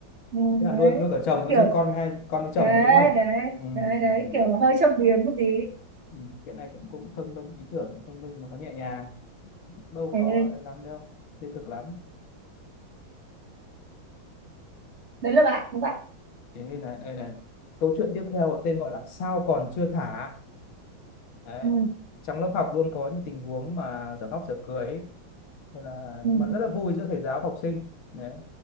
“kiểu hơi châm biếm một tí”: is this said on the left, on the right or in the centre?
Right